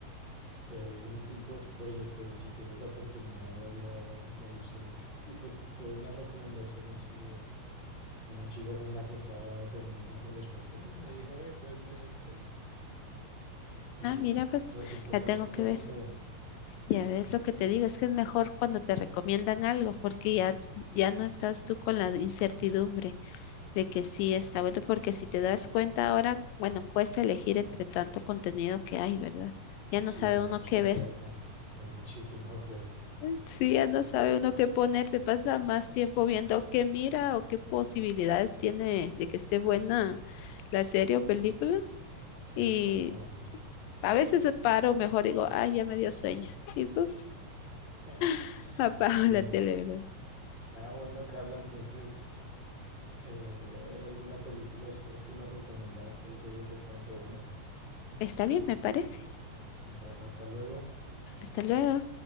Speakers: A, on the right; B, on the left.
A: te doy un tipo de spoiler, pero si tienes la oportunidad de verla, me gustó mucho. Y pues fue una recomendación así de una chica con la que estaba teniendo una conversación y me dijo, ve, puedes ver esta y Y
B: ah,
A: sí,
B: mira, pues
A: resultó ser
B: la tengo
A: supremamente
B: que ver.
A: buena.
B: Ya ves lo que te digo, es que es mejor cuando te recomiendan algo, porque ya, ya no estás tú con la incertidumbre. de que sí está bueno, porque si te das cuenta ahora, bueno, cuesta elegir entre tanto contenido que hay, ¿verdad? Ya
A: Sí,
B: no sabe
A: hay mucha
B: uno qué
A: oferta.
B: ver.
A: Hay muchísima oferta.
B: <laughs> Sí, ya no sabe uno qué poner, se pasa más tiempo viendo qué mira o qué posibilidades tiene de que esté buena la serie o película. Y
A: Exactamente.
B: a veces se paro, mejor digo, ay, ya me dio sueño. Y puf,
A: <laughs>
B: <laughs> apago
A: Sí.
B: la tele, ¿verdad?
A: Ah, bueno, Carla, entonces eh, voy a ver alguna película de estas que me recomendaste y luego te cuento. Bueno,
B: Está bien, me parece.
A: bueno, hasta luego.
B: Hasta luego.